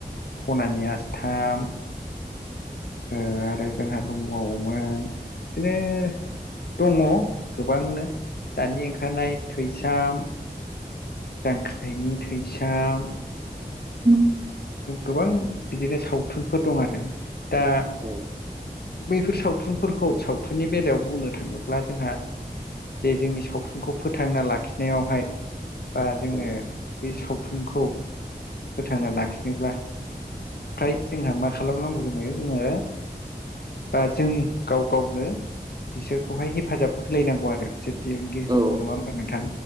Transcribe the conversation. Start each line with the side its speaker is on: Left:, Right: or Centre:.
Left: सनानि आसथाम आरो जोंहा दंबावोमोन बिदिनो दङ गोबांनो दानि ओंखारनाय थैसाम जांख्रिथायनि थैसाम
Right: न
Left: गोबां बिदिनो सावथुनफोर दं आरो दा
Right: औ
Left: बैफोर सावथुनफोरखौ सावथुननि बेलायाव बुंनो थाङोब्ला जोंहा जे जोंनि सावथुनखौ फोथांना लाखिनायावहाय बा जोङो
Right: औ
Left: बे सावथुनखौ फोथांना लाखि नोब्ला फ्राय जोंहा मा खालामनांगौ जोङो जोङो ओ जों गाव गावनो बिसोरखौहाय हेफाजाब होलायनांगौ आरो बिसोर दिहुनगिरिफोरखौ
Right: औ
Left: नङा होमबा नोंथां